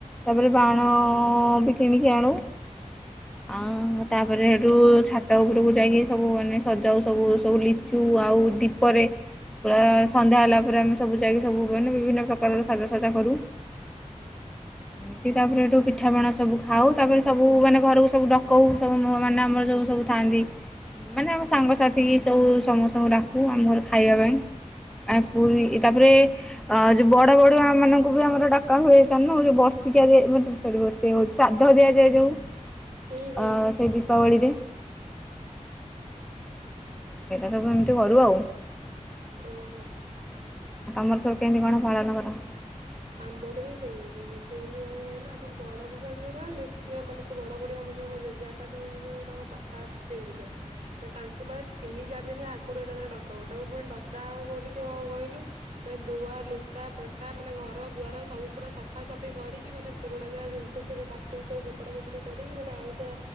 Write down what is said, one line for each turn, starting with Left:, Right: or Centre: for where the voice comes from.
Centre: ତାପରେ ବାଣ ବି କିଣିକି ଆଣୁ ଆଁ ତାପରେ ହେଟୁ ଛାତ ଉପରେ କୁ ଯାଇକି ସବୁ ମାନେ ସଜାଉ ସବୁ ସବୁ ଲିଚୁ ଆଉ ଦିପରେ ପୁରା ସନ୍ଧ୍ୟା ହେଲା ପରେ ଆମେ ସବୁ ଯାଇକି ସବୁ ମାନେ ବିଭିନ୍ନ ପ୍ରକାରର ସାଜସଜା କରୁ। ଏମିତି ତାପରେ ଏଠୁ ପିଠାପଣା ସବୁ ଖାଉ ତାପରେ ସବୁ ମାନେ ଘରକୁ ସବୁ ଡକଉ ସବୁ ମାନେ ଆମର ସବୁ ସବୁ ଥାଆନ୍ତି ମାନେ ଆମ ସାଙ୍ଗସାଥି କି ସବୁ ସମସ୍ତଙ୍କୁ ଡାକୁ ଆମ ଘର ଖାଇବା ପାଇଁ ଆ ପୁରୀ ତାପରେ ଅ ଜଉ ବଡବଡୁଆ ମାନଙ୍କୁ ବି ଆମର ଡକା ହୁଏ <unintelligible> ଶିକ୍ଷ୍ୟା ଦିଆ <unintelligible> ସରି <unintelligible> ଶ୍ରାଦ୍ଧ ଦିଆଯାଏ ଜଉ ଅ
Right: ହୁଁ ହୁଁ
Centre: ସେଇ ଦୀପାବଳିରେ। ସେଇଟା ସବୁ ଏମିତି କରୁ ଆଉ।
Right: ଓହୋ।
Centre: ଆଉ ତମର ସବୁ କେମିତି କଣ ପାଳନ କର?
Right: ଆମର ବି ସେମିତି ଦେଖ ଯୋଉ କଣ କହିଲୁ ଆମର ବଡବଡୁଆ ଯୋଉ ରହିଲେ ସିଏ ମାନେ ଯୋଉ ବଡବଡୁଆ ଆମ ଯୋଉ ଜେଜେବାପା ହେରିକାଙ୍କ ଜଉ ତାଙ୍କ ବାପା ଜେଜେ ହେରିକା ମାନେ ତାଙ୍କୁ ମାନେ ତିନି ଜରେନି ଆଗରୁ ଏକାଥରେ ଡକା ହୁଏ। ତାଙ୍କୁ ଫୁଣି ଡକାହବ ବୋଲିତି କଣ କହିଲୁ ମାନେ ଧୂଆ ଲୁଗା ପଟା ମାନେ ଘର ଘର ଦ୍ୱାରା ସବୁ ପୁରା ସଫାସଫି କରିକି ମାନେ ପୁରୁଣା ଯାହା ଜିନିଷ ଥିବ ତାକୁ ବି ସବୁ ଫୋପଡ଼ା ଫୋପୁଡି କରିକି ମାନେ ଆଉ ସ